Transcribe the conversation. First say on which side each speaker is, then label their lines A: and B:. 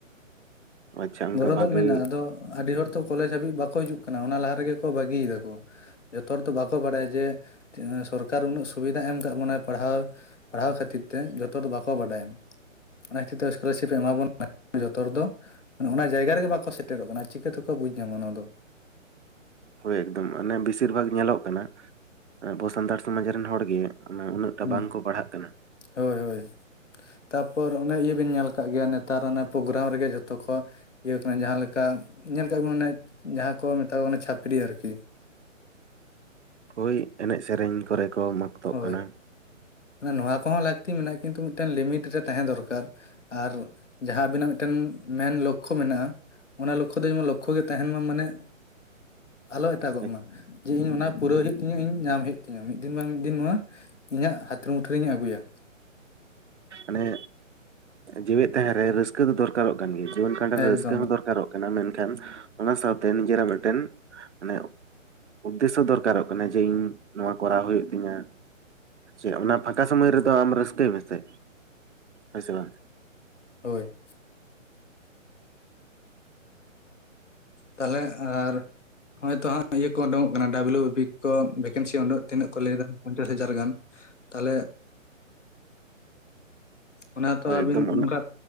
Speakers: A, on the right (about 60°); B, on the left (about 65°).
A: ᱟᱪᱪᱷᱟ ᱚᱱᱠᱟ
B: ᱜᱚᱲᱚ
A: ᱵᱷᱟᱜᱮ
B: ᱫᱚ ᱢᱮᱱᱟᱜᱼᱟ ᱟᱫᱚ ᱟᱹᱰᱤ ᱦᱚᱲ ᱛᱚ ᱠᱚᱞᱮᱡᱽ ᱦᱟᱹᱵᱤᱡ ᱵᱟᱠᱚ ᱦᱤᱡᱩᱜ ᱠᱟᱱᱟ ᱚᱱᱟ ᱞᱟᱦᱟ ᱨᱮᱜᱮ ᱠᱚ ᱵᱟᱹᱜᱤᱭ ᱫᱟᱠᱚ ᱾ ᱡᱚᱛᱚ ᱦᱚᱲ ᱫᱚ ᱵᱟᱠᱚ ᱵᱟᱲᱟᱭᱟ ᱡᱮ ᱥᱚᱨᱠᱟᱨ ᱩᱱᱟᱹᱜ ᱥᱩᱵᱤᱫᱷᱟ ᱮᱢ ᱠᱟᱜ ᱵᱚᱱᱟᱭ ᱯᱟᱲᱦᱟᱣ ᱯᱟᱲᱦᱟᱣ ᱠᱷᱟᱹᱛᱤᱨ ᱛᱮ ᱡᱚᱛᱚ ᱦᱚᱲ ᱵᱟᱠᱚ ᱵᱟᱰᱟᱭᱟ ᱾ ᱚᱱᱟ ᱠᱷᱟᱛᱤᱨ ᱛᱮ ᱥᱠᱚᱞᱟᱨᱥᱤᱯ ᱮᱢᱟ ᱵᱚᱱ <unintelligible> ᱡᱚᱛᱚ ᱦᱚᱲ ᱫᱚ ᱢᱟᱱᱮ ᱚᱱᱟ ᱡᱟᱭᱜᱟ ᱨᱮᱜᱮ ᱵᱟᱠᱚ ᱥᱮᱴᱮᱨᱚᱜ ᱠᱟᱱᱟ ᱪᱤᱠᱟᱹ ᱛᱮᱠᱚ ᱵᱩᱡᱽ ᱧᱟᱢᱟ ᱱᱚᱣᱟ ᱫᱚ᱾
A: ᱦᱳᱭ ᱮᱠᱫᱚᱢ ᱚᱱᱮ ᱵᱮᱥᱤᱨ ᱵᱷᱟᱜᱽ ᱧᱮᱞᱚᱜ ᱠᱟᱱᱟ ᱟᱵᱚ ᱥᱟᱱᱛᱟᱲ ᱥᱚᱢᱟᱡᱽ ᱨᱮᱱ ᱦᱚᱲ ᱜᱮ ᱚᱱᱮ ᱩᱱᱟᱹᱜ ᱴᱟ
B: ᱦᱩᱸ
A: ᱵᱟᱝᱠᱚ ᱯᱟᱲᱦᱟᱜ ᱠᱟᱱᱟ ᱾
B: ᱦᱳᱭ ᱦᱳᱭ ᱾ ᱛᱟᱨᱯᱚᱨ ᱚᱱᱮ ᱤᱭᱟᱹ ᱵᱤᱱ ᱧᱮᱞ ᱠᱟᱜ ᱜᱮᱭᱟ ᱱᱮᱛᱟᱨ ᱚᱱᱟ ᱯᱨᱳᱜᱨᱟᱢ ᱨᱮᱜᱮ ᱡᱷᱚᱛᱚ ᱠᱚ ᱤᱭᱟᱹ ᱠᱟᱱᱟ ᱡᱟᱦᱟᱸ ᱞᱮᱠᱟ ᱧᱮᱞ ᱠᱟᱜ ᱵᱤᱱ ᱢᱟᱱᱮ ᱡᱟᱦᱟᱸ ᱠᱚ ᱢᱮᱛᱟ ᱠᱚ ᱠᱟᱱᱟ ᱪᱷᱟᱹᱯᱨᱤ ᱟᱨᱠᱤ ᱾
A: ᱦᱳᱭ ᱮᱱᱮᱡ ᱥᱮᱨᱮᱧ ᱠᱚᱨᱮ ᱠᱚ
B: ᱦᱳᱭ
A: ᱠᱟᱱᱟ
B: ᱱᱚᱣᱟ ᱠᱚᱦᱚᱸ ᱞᱟᱹᱠᱛᱤ ᱢᱮᱱᱟᱜᱼᱟ ᱠᱤᱱᱛᱩ ᱢᱤᱫᱴᱮᱱ ᱞᱤᱢᱤᱴ ᱨᱮ ᱛᱟᱦᱮᱸ ᱫᱚᱨᱠᱟᱨ᱾ ᱟᱨ ᱡᱟᱦᱟᱸ ᱟᱹᱵᱤᱱᱟᱜ ᱢᱤᱫᱴᱮᱱ ᱢᱮᱱ ᱞᱚᱠᱠᱷᱚ ᱢᱮᱱᱟᱜᱼᱟ᱾ ᱚᱱᱟ ᱞᱚᱠᱠᱷᱚ ᱫᱚ ᱡᱮᱢᱚᱱ ᱞᱚᱠᱠᱷᱚ ᱜᱮ ᱛᱟᱦᱮᱱ ᱢᱟ ᱢᱟᱱᱮ ᱟᱞᱚ ᱮᱴᱟᱜᱚᱜ
A: ᱮᱠᱫᱚᱢ
B: ᱢᱟ ᱡᱮ ᱤᱧ ᱚᱱᱟ ᱯᱩᱨᱟᱹᱣ ᱦᱩᱭᱩᱜ ᱛᱤᱧᱟᱹ ᱤᱧ ᱧᱟᱢ ᱦᱩᱭᱩᱜ ᱛᱤᱧᱟᱹ ᱢᱤᱫ ᱫᱤᱱ ᱵᱟᱝᱼᱼ ᱢᱤᱫ ᱫᱤᱱ ᱱᱚᱣᱟ ᱤᱧᱟᱹᱜ ᱦᱟᱛᱮᱨ ᱢᱩᱴᱷᱟᱹᱨᱤᱧ ᱟᱹᱜᱩᱭᱟ ᱾
A: ᱢᱟᱱᱮ ᱡᱤᱣᱮᱫ ᱛᱟᱦᱮᱸ ᱨᱮ ᱼᱼ ᱠᱟᱹ ᱫᱚ ᱫᱚᱨᱠᱟᱨᱚᱜ ᱠᱟᱱ ᱜᱮᱭᱟ ᱡᱤᱭᱚᱱ ᱠᱷᱟᱰᱟᱣ ᱨᱮ
B: ᱮᱠᱫᱚᱢ
A: ᱨᱟᱹᱥᱠᱟᱹ ᱦᱚᱸ ᱠᱟᱱᱟ ᱢᱮᱱᱠᱷᱟᱱ ᱚᱱᱟ ᱥᱟᱶᱛᱮ ᱱᱤᱡᱮᱨᱟᱜ ᱢᱤᱫᱴᱮᱱ ᱢᱟᱱᱮᱼᱼ ᱩᱫᱽᱫᱮᱥᱚ ᱫᱚᱨᱠᱟᱨᱚᱜ ᱠᱟᱱᱟ ᱡᱮ ᱤᱧ ᱱᱚᱣᱟ ᱠᱚᱨᱟᱣ ᱦᱩᱭᱩᱜ ᱛᱤᱧᱟ ᱾ ᱡᱮ ᱚᱱᱟ ᱯᱷᱟᱸᱠᱟ ᱥᱚᱢᱚᱭ ᱨᱮᱫᱚ ᱟᱢ ᱨᱟᱹᱥᱠᱟᱹᱭ ᱢᱮᱥᱮ, ᱦᱳᱭ ᱥᱮ ᱵᱟᱝ?
B: ᱦᱳᱭ ᱾ ᱛᱟᱦᱚᱞᱮ ᱟᱨ ᱱᱚᱜᱼᱚᱭ ᱛᱚ ᱦᱟᱸᱜ ᱤᱭᱟᱹ ᱠᱚ ᱩᱰᱩᱠᱚᱜ ᱠᱟᱱᱟ ᱰᱟᱵᱞᱩ ᱵᱤ ᱯᱤ ᱠᱚ ᱵᱷᱮᱠᱮᱱᱥᱤ ᱩᱰᱩᱠᱼᱼ ᱛᱤᱱᱟᱹᱜ ᱠᱚ ᱞᱟᱹᱭᱮᱫᱟ ᱯᱚᱧᱪᱟᱥ ᱦᱟᱡᱟᱨ ᱜᱟᱱ ᱛᱟᱦᱚᱞᱮᱼᱼ ᱚᱱᱟᱛᱚ
A: ᱦᱳᱭ
B: ᱟᱵᱤᱱ
A: ᱮᱠᱫᱚᱢ ᱚᱱᱟ
B: ᱚᱱᱠᱟ